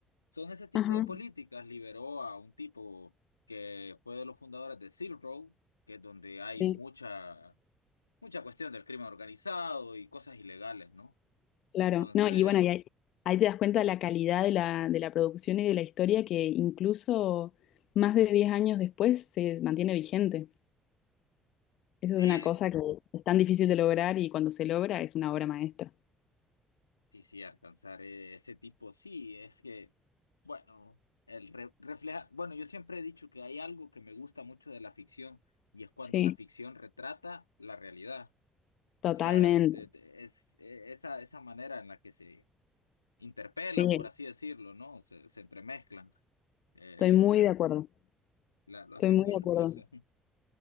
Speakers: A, on the left; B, on the left.
A: Son ese tipo
B: Ajá.
A: de políticas. Liberó a un tipo que fue de los fundadores de Silk Road, que es donde hay
B: Sí,
A: mucha, mucha cuestión del crimen organizado y cosas ilegales, ¿no?
B: claro.
A: Entonces,
B: No, y bueno, y ahí, ahí te das cuenta de la calidad de la, de la producción y de la historia que incluso más de 10 años después se mantiene vigente. Eso es
A: sí,
B: una cosa que es tan difícil de lograr y cuando se logra es una obra maestra.
A: sí, sí, alcanzar eh, ese tipo, sí, es que, bueno, el re- refleja, bueno, yo siempre he dicho que hay algo que me gusta mucho de la ficción y es cuando
B: Sí,
A: la ficción retrata la realidad.
B: totalmente.
A: O sea, de- de- es, e- esa, esa manera en la que se interpelan,
B: Sí,
A: por así decirlo, ¿no? Se, se entremezclan. Eh,
B: estoy
A: la,
B: muy
A: la,
B: de acuerdo.
A: la- lo
B: Estoy
A: hace muy
B: muy de
A: hermoso.
B: acuerdo.
A: <laughs>